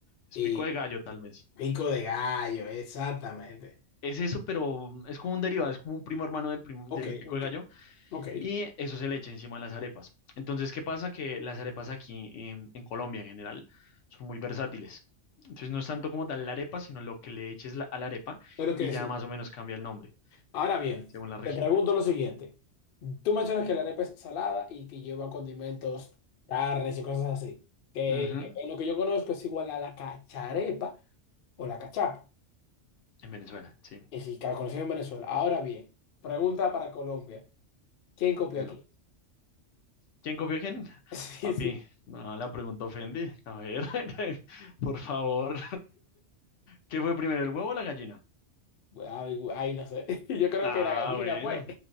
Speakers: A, on the left; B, on the left.
A: es
B: Y
A: pico de gallo tal vez.
B: pico de gallo, exactamente.
A: Es eso, pero es como un derivado, es como un primo hermano del, prim-
B: Ok,
A: del pico
B: ok,
A: de gallo
B: ok. Es
A: y eso se le echa encima a las arepas. Entonces, ¿qué pasa? Que las arepas aquí en, en Colombia en general son muy versátiles. Entonces, no es tanto como tal la arepa, sino lo que le eches la- a la arepa
B: lo que
A: y
B: decir.
A: ya más o menos cambia el nombre
B: Ahora bien,
A: según la región.
B: te pregunto lo siguiente. Tú mencionas que la arepa es salada y que lleva condimentos, carnes y cosas así. Que
A: Ujú,
B: en lo que yo conozco es igual a la cacharepa o la cachapa.
A: En Venezuela, sí.
B: Y sí, calculación en Venezuela. Ahora bien, pregunta para Colombia. ¿Quién copió
A: Dímelo.
B: aquí? <laughs>
A: ¿Quién copió a quién?
B: Sí,
A: Papi,
B: sí.
A: no, la pregunta ofende. A ver, <laughs> por favor. ¿Qué fue primero, el huevo o la gallina?
B: Ay, gu- ay, no sé. <laughs> Yo creo
A: Ah,
B: que la gallina,
A: bueno.
B: pues.